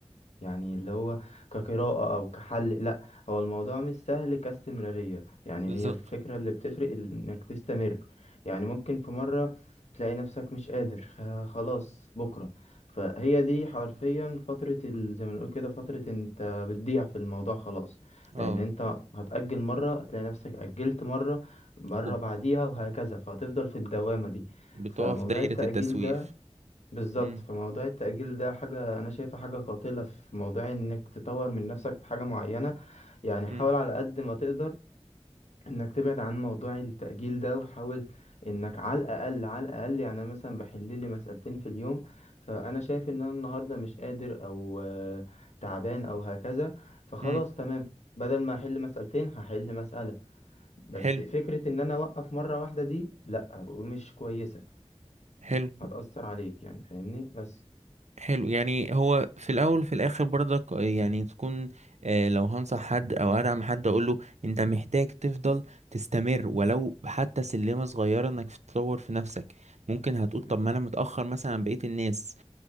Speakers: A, on the left (about 75°); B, on the right (about 85°).
A: يعني اللي هو كقراءة أو كحل لأ هو الموضوع مش سهل كاستمرارية يعني
B: بالظبط
A: هي الفكرة اللي بتفرق إنك تستمر يعني ممكن في مرة تلاقي نفسك مش قادر فخلاص بكرة فهي دي حرفيا فترة ال... زي ما نقول كده فترة انت بتضيع في الموضوع خلاص
B: اه
A: لأن انت هتأجل مرة هتلاقي نفسك أجلت مرة مرة
B: وب-
A: بعديها وهكذا فهتفضل في الدوامة دي
B: بتقف
A: فموضوع
B: دايرة
A: التأجيل
B: التسويف
A: ده بالظبط
B: امم
A: فموضوع التأجيل ده حاجة أنا شايفها حاجة قاتلة في موضوع إنك تطور من نفسك في حاجة معينة يعني حاول
B: امم
A: على قد ما تقدر انك تبعد عن موضوع التأجيل ده وحاول انك على الاقل على الاقل يعني انا مثلا بحل لي مسألتين في اليوم فانا شايف ان انا النهارده مش قادر او آه، تعبان او هكذا فخلاص
B: امم
A: تمام بدل ما احل مسألتين هحل مسألة بس
B: حلو
A: فكرة ان انا اوقف مرة واحدة دي لا ومش كويسة
B: حلو
A: هتأثر عليك يعني فاهمني بس
B: حلو يعني هو في الاول في الاخر برضك يعني تكون آه، لو هنصح حد او ادعم حد اقول له انت محتاج تفضل تستمر ولو حتى سلمة صغيرة انك تطور في نفسك ممكن هتقول
A: مم.
B: طب ما انا متأخر مثلا عن بقية الناس